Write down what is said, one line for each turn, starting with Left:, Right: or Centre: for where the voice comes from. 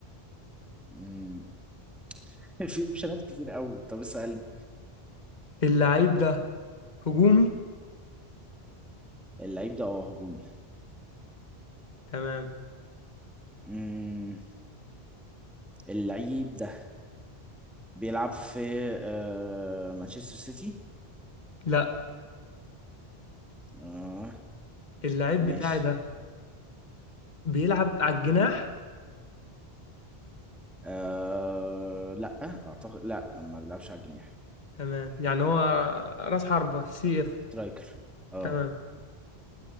Centre: امم <laughs> في اوبشنات كتير قوي طب اسأل
Left: اللعيب ده هجومي
Centre: اللعيب ده اه هجومي
Left: تمام
Centre: مم. اللعيب ده بيلعب في آه مانشستر سيتي
Left: لا
Centre: آه
Left: اللعيب
Centre: ماشي
Left: بتاعي ده بيلعب على الجناح
Centre: آه... لا اعتقد لا ما بيلعبش على الجناح
Left: تمام يعني هو راس حربة سي اف
Centre: سترايكر اه
Left: تمام